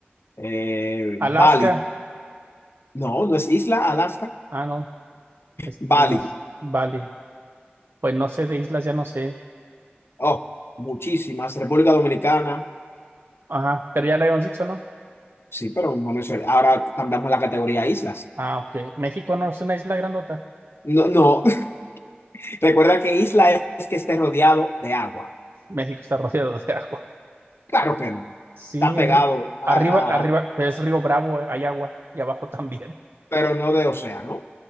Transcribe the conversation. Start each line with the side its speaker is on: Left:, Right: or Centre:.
Left: eh,
Right: Alaska.
Left: Bali. No, no es isla, Alaska.
Right: Ah, no. Este,
Left: Bali.
Right: no. s- Vale. Pues no sé de islas, ya no sé.
Left: Oh, muchísimas. República Dominicana,
Right: Ajá. Pero ya le habíamos dicho, ¿no?
Left: sí, pero no mencioné. Ahora cambiamos la categoría a islas.
Right: Ah, ok. México no es una isla grandota.
Left: No, no. <laughs> Recuerda que isla es que esté rodeado de agua.
Right: México está <laughs> rodeado de agua.
Left: Claro que no.
Right: Sí,
Left: Está pegado
Right: r-
Left: a,
Right: arriba, arriba,
Left: a-
Right: pero es Río Bravo, eh, hay agua. Y abajo <laughs> también.
Left: pero no de océano.